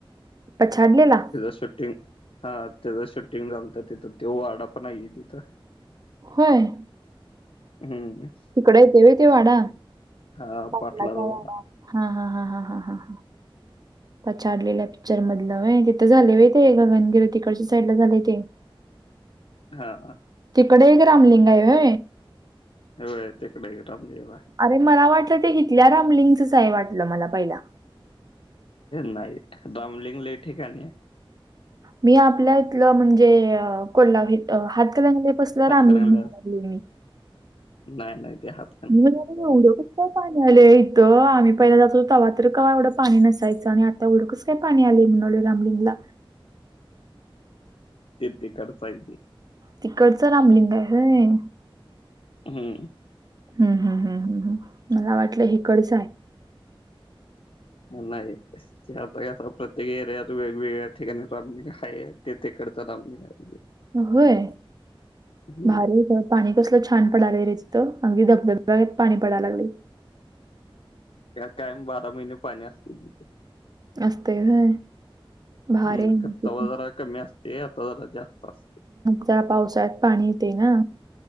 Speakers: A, on the right (about 45°); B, on the left (about 80°).
A: पछाडलेला
B: शूटिंग हा त्याच शूटिंग लत तिथं ते वाडा पण नाही तिथं
A: हय
B: हमं
A: तिकड येते व ते वाडा
B: हा
A: पाटलाच्याडा
B: पाटलाचा वाडा
A: हा ह पछाडलेल्या पिक्चर मधलं तिथं झाले आहे ते गगनगिरी तिकडच्या साईड ला झालेय ते
B: हा
A: तिकडे एक रामलिंग आहे
B: ह तिकडे राबलीय
A: अरे मला वाटलं ते घेतल्या रामलिंगचच आहे वाटलं मला पहिला
B: नाही दमलिंग ल ठिकाणी आहे
A: मी आपल्या इथलं म्हणजे कोल्हा हातक बसला
B: हातकणंगल्यात
A: रामलीम म्ह लागली मी
B: नाही नाही ते हात
A: मी एवढं का पा झा इथं आम्ही पहिला जातो तवा तर का एवढं पाणी नसायचं आणि आतांस सपाणी आलेली म्हळू रामलीला
B: ते ते खचाये
A: तिकडचं रामलिंग आहे हेय
B: हम्म
A: हम् हम् हम्म हम् हम मला वाटलं हेकडचं आहे
B: ए ते आता क प्रत्येक एरियात वेगवेगळ्या ठिकाणी रामलिंगा आहे तेथेकडच रामलिंगा आहे
A: होय
B: हम्म
A: भारी पाणी कसलं छान पडाला रेचतं अगदी धबधबबात पाणी पडायला लागले
B: कायम बारा महिने पाणी असतील तिथे
A: असस्त ह भारी
B: हम्म खर तवा
A: त
B: जरा कमी असते आता ज जास्त असते
A: त्या पावसाळ्यात पाणी येते ना